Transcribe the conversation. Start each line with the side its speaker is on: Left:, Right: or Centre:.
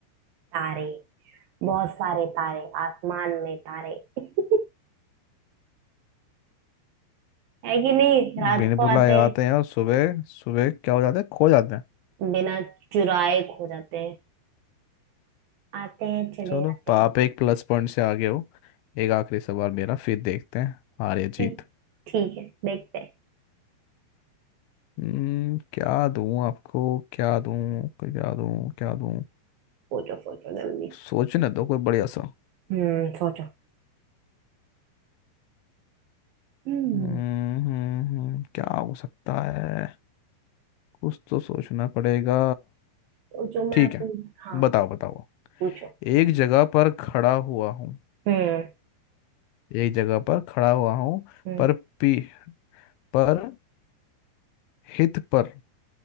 Right: तारे बहुत सारे तारे आसमान में तारे <laughs> है कि नहीं रात
Left: बिन
Right: को
Left: बुलाए
Right: आते हैं
Left: आते हैं और सुबह सुबह क्या हो जाते हैं खो जाते हैं
Right: बिना चुराए खो जाते हैं आते हैं चले
Left: चलो
Right: जाते हैं
Left: आप एक प्लस पॉइंट से आगे हो एक आखिरी सवाल मेरा फिर देखते हैं हार या
Right: ठीक
Left: जीत
Right: ठीक है देखते हैं
Left: हम्म क्या दूं आपको क्या दूं क्या दूं क्या दूं
Right: सोचो सोचो जल्दी
Left: सोचने दो कोई बढ़िया सा
Right: हम्म सोचो हम्म
Left: हम्म हम्म, हम्म, क्या हो सकता है कुछ तो सोचना पड़ेगा
Right: सोचो मैं
Left: ठीक
Right: अपनी
Left: है
Right: हाँ
Left: बताओ बताओ
Right: पूछो
Left: एक जगह पर खड़ा हुआ हूँ
Right: हम्म
Left: एक जगह पर खड़ा हुआ हूँ
Right: हम्म
Left: पर पी पर हित पर